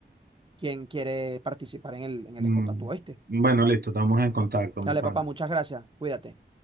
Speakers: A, on the right; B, on the right.
A: quién quiere participar en el, en el
B: Mm.
A: Spot Tattoo, ¿oíste?
B: Bueno, listo, estamos en contacto,
A: Dale,
B: mi pana.
A: papá, muchas gracias. Cuídate.